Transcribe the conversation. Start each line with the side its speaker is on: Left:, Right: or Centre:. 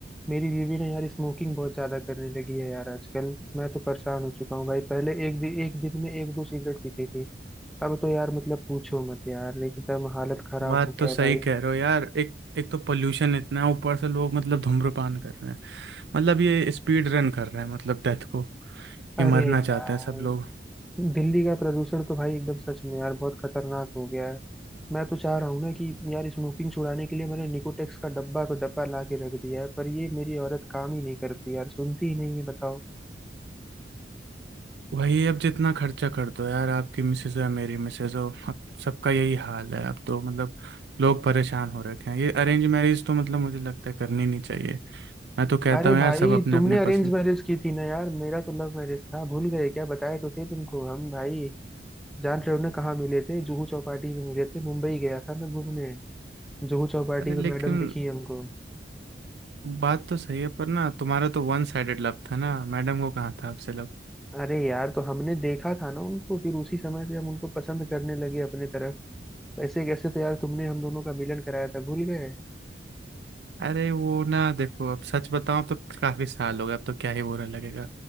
Centre: मेरी बीवी ने यार स्मोकिंग बहुत ज्यादा करने लगी है यार आजकल मैं तो परेशान हो चुका हूँ भाई पहले एक दिन एक दिन में एक दो सिगरेट पीती थी अब तो यार मतलब पूछो मत यार एकदम हालत खराब
Right: बात
Centre: हो गया
Right: तो सही
Centre: है भाई
Right: कह रहे हो यार एक एक तो पोल्यूशन इतना है ऊपर से लोग मतलब धूम्रपान कर रहे हैं मतलब ये स्पीड रन कर रहे हैं मतलब डेथ को
Centre: अरे
Right: ये मरना चाहते
Centre: यार
Right: हैं सब लोग
Centre: दिल्ली का प्रदूषण तो भाई एकदम सच में यार बहुत खतरनाक हो गया है मैं तो चाह रहा हूँ ना कि यार स्मोकिंग छुड़ाने के लिए मैंने निकोटेक्स का डब्बा पे डब्बा ला के रख दिया है पर ये मेरी औरत काम ही नहीं करती यार सुनती ही नहीं है बताओ
Right: वही अब जितना खर्चा कर दो यार आपकी मिसेज हो या मेरी मिसेज हो अब सबका यही हाल है अब तो मतलब लोग परेशान हो रखे हैं ये अरेंज मैरिज तो मतलब मुझे लगता है करनी नहीं चाहिए मैं तो कहता
Centre: अरे
Right: हूँ यार
Centre: भाई
Right: सब अपने
Centre: तुमने
Right: अपने
Centre: अरेंज
Right: पसंद
Centre: मैरिज की थी ना यार मेरा तो लव मैरिज था भूल गए क्या बताए तो थे तुमको हम भाई जान रहे हो ना कहाँ मिले थे जुहू चौपाटी पे मिले थे मुंबई गया था मैं घूमने जुहू चौपाटी
Right: अरे लेकिन
Centre: पे मैडम दिखी हमको
Right: बात तो सही है पर ना तुम्हारा तो वन साइडेड लव था ना मैडम को कहाँ था आपसे लव
Centre: अरे यार तो हमने देखा था ना उनको फिर उसी समय से हम उनको पसंद करने लगे अपने तरफ कैसे कैसे तो यार तुमने हम दोनों का मिलन कराया था भूल गए
Right: अरे वो ना देखो अब सच बताऊं अब तो काफी साल हो गए अब तो क्या ही बुरा लगेगा